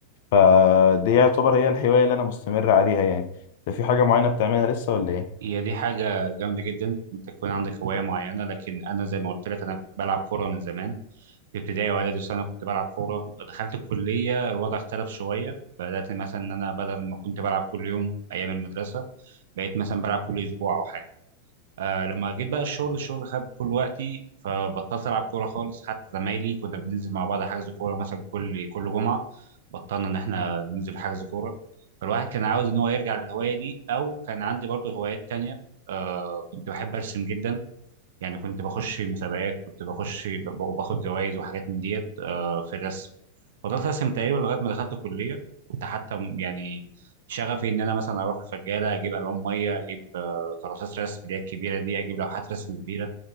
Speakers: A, on the left; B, on the right.
A: فدي يعتبر هي الهواية اللي أنا مستمر عليها يعني ده في حاجة معينة بتعملها لسه ولا إيه؟
B: هي دي حاجة جامدة جدا أنت تكون عندك هواية معينة لكن أنا زي ما قلت لك أنا بلعب كورة من زمان في ابتدائي وإعدادي وثانوي كنت بلعب كورة دخلت الكلية الوضع اختلف شوية بدأت مثلا إن أنا بدل ما كنت بلعب كل يوم أيام المدرسة بقيت مثلا بلعب كل أسبوع أو حاجة آه لما جيت بقى الشغل الشغل خد كل وقتي فبطلت العب كوره خالص حتى زمايلي كنا بننزل مع بعض حجز كوره مثلا كل كل جمعه بطلنا ان احنا ننزل حجز كوره فالواحد كان عاوز ان هو يرجع للهوايه دي او كان عندي برضو هوايات تانية آه كنت بحب ارسم جدا يعني كنت بخش مسابقات كنت بخش ب- وباخد جوائز وحاجات من ديت آه، في الرسم فضلت ارسم تقريبا لغايه ما دخلت الكليه كنت حتى م- يعني شغفي ان انا مثلا اروح الفجاله اجيب الوان ميه اجيب آه، كراسات رسم اللي هي الكبيره دي اجيب لوحات رسم كبيره